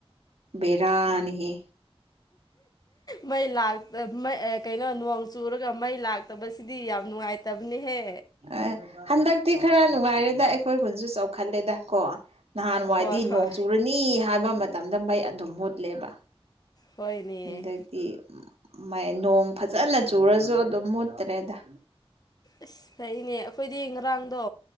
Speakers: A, on the right; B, on the left.
A: ꯕꯦꯔꯥꯅꯤꯍꯦ
B: ꯃꯩ ꯂꯥꯛ ꯑ ꯀꯩꯅꯣ ꯅꯣꯡ ꯆꯨꯔꯒ ꯃꯩ ꯂꯥꯛ ꯇꯕꯁꯤꯗꯤ ꯌꯥꯝ ꯅꯨꯡꯉꯥꯏꯇꯕꯅꯤꯍꯦ
A: ꯑꯦ ꯍꯟꯗꯛꯇꯤ ꯈꯔ ꯅꯨꯡꯉꯥꯏꯔꯦꯗ ꯑꯩꯈꯣꯏ ꯈꯨꯟꯁꯨ ꯆꯥꯎꯈꯠꯂꯦꯗ ꯀꯣ ꯅꯍꯥꯟꯋꯥꯏꯗꯤ
B: ꯍꯣꯏ ꯍꯣꯏ
A: ꯅꯣꯡ ꯆꯨꯔꯅꯤ ꯍꯥꯏꯕ ꯃꯇꯝꯗ ꯃꯩ ꯑꯗꯨꯝ ꯃꯨꯠꯂꯦꯕ
B: ꯍꯣꯏꯅꯦ
A: ꯍꯟꯗꯛ ꯇꯤ ꯃꯩ ꯅꯣꯡ ꯐꯖꯅ ꯆꯨꯔꯁꯨ ꯑꯗꯨꯝ ꯃꯨꯠꯇ꯭ꯔꯦꯗ
B: ꯑꯁ ꯐꯩꯅꯦ ꯑꯩꯈꯣꯏꯗꯤ ꯉꯔꯥꯡꯗꯣ